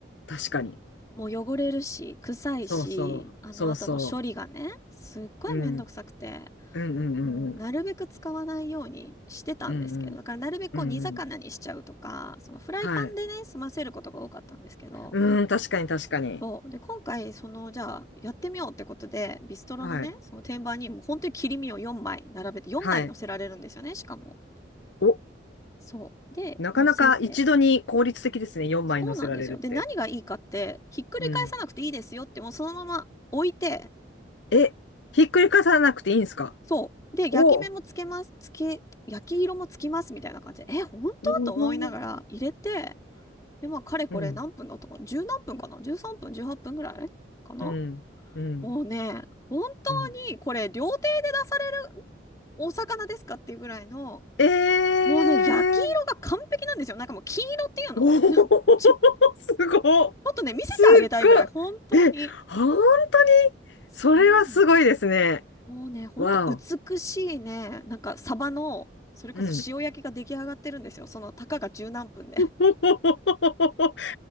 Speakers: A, on the left; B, on the left.
A: 確かに。
B: もう汚れるし、臭いし、
A: そうそう、
B: あの後の処理がね、
A: そうそ
B: すっごいめんどくさくて。
A: う。うん、うん、うん、
B: もうなるべく使わないようにしてたんですけど、
A: うん、うん、うん、
B: だからなるべくこう煮魚にしちゃうとか、
A: うん、うんうん。
B: そのフライパンでね、
A: はい。
B: 済ませることが多かったんですけど、
A: うん、確かに、確かに。
B: そう。で、今回、その、じゃあ、やってみようってことで、ビストロのね、
A: はい、
B: その天板にもう本当に切り身を4枚並べて、4枚乗せられるんですよね、
A: はい。
B: しかも。
A: お、
B: そう。で、
A: なかなか一度に効率的ですね。
B: 乗せて。
A: 4枚乗せられるって。
B: そうなんですよ。で、何がいいかって、ひっくり返さなくていいですよって、
A: うん。
B: もうそのまま置いて、
A: え、ひっくり返さなくていいんですか
B: そう。で、
A: お、
B: 焼き目もつけます。
A: お
B: つけ、焼き色もつきますみたいな感じで、え、本当と思いながら入れて、
A: ー
B: で、まあ、かれこれ何分だったかなじゅう何分かな
A: うん、
B: ?13 分、18分ぐらいかな
A: うん、うん、
B: もうね、本当にこれ料亭で出されるお魚ですかっていうぐらいの、
A: うん。えー
B: もうね、焼き色が完璧なんですよ。なんかもう黄色っていうのなんか
A: おお、
B: <laughs> ちょ、ち
A: すごっ。
B: ょっとね、見せてあげたいぐらい、
A: すっご
B: 本当に。
A: い。え、本当に
B: そうなの。
A: それはすごいですね。
B: もうね、ほんと美しいね、
A: わお。
B: なんかサバの、それこそ塩焼きが出来上がってるんですよ。
A: うん。
B: その、たかが十何分で。
A: <laughs>